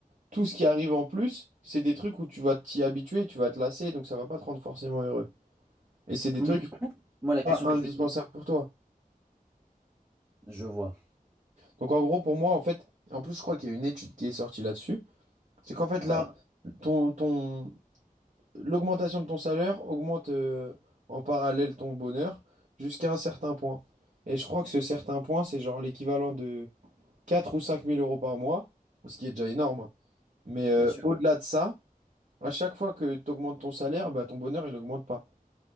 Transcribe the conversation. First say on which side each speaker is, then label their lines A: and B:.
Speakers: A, on the right; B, on the right.
A: tout ce qui arrive en plus, c'est des trucs où tu vas t'y habituer, tu vas te lasser, donc ça va pas te rendre forcément heureux. Et c'est des
B: Oui,
A: trucs
B: mais du coup, moi, la
A: pas
B: question
A: indispensables
B: que je vais te
A: pour toi.
B: Je vois.
A: Donc en gros, pour moi, en fait, en plus, je crois qu'il y a une étude qui est sortie là-dessus, c'est qu'en fait,
B: Ouais,
A: là, ton, ton, l'augmentation de ton salaire augmente euh, en parallèle ton bonheur jusqu'à un certain point. Et je crois que ce certain point, c'est genre l'équivalent de quatre ou cinq mille euros par mois, ce qui est déjà énorme. hein. Mais euh,
B: bien sûr.
A: au-delà de ça, à chaque fois que tu augmentes ton salaire, bah, ton bonheur, il augmente pas.